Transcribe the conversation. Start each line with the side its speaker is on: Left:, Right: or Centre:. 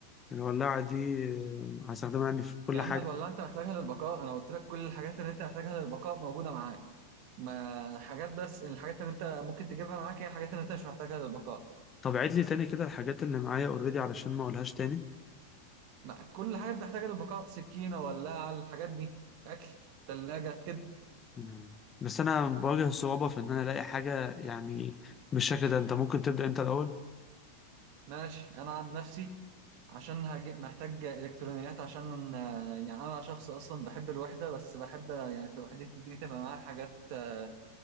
Left: الولاعة دي آه، هستخدمها يعني في كل
Right: يا
Left: حاجة
Right: عم ولا انت محتاجها للبقاء انا قلت لك كل الحاجات اللي انت محتاجها للبقاء موجوده معاك ما حاجات بس الحاجات اللي انت ممكن تجيبها معاك هي الحاجات اللي انت مش محتاجها للبقاء
Left: طب عيد لي تاني كده الحاجات اللي معايا اوريدي علشان ما اقولهاش تاني
Right: ما كل حاجه بتحتاجها للبقاء سكينه ولاعه الحاجات دي اكل ثلاجه كده
Left: مم. بس انا بواجه الصعوبة في ان انا الاقي حاجة يعني بالشكل ده انت ممكن تبدأ انت الاول
Right: ماشي انا عن نفسي عشان هجي محتاج الكترونيات عشان آه، يعني انا شخص اصلا بحب الوحده بس بحب آه، يعني في وحدتي دي تبقى معايا حاجات آه،